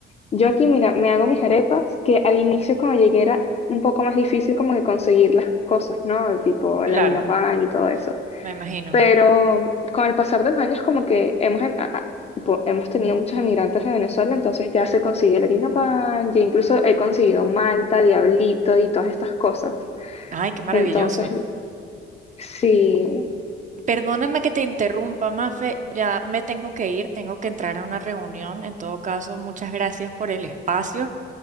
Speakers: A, on the left (about 30°); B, on the right (about 40°).
A: Yo aquí, mira, me hago mis arepas, que al inicio cuando llegué era un poco más difícil como que conseguir las cosas, ¿no? Tipo
B: claro,
A: la harina pan y todo eso.
B: me imagino.
A: Pero con el pasar de los años, como que hemos, em- a- a- tipo, hemos tenido muchos emigrantes de Venezuela, entonces ya se consigue el harina pan, ya incluso he conseguido Malta, Diablito y todas estas cosas.
B: Ay, qué maravilloso.
A: Entonces, sí,
B: Perdóname que te interrumpa, Mafe, ya me tengo que ir, tengo que entrar a una reunión. En todo caso, muchas gracias por el espacio.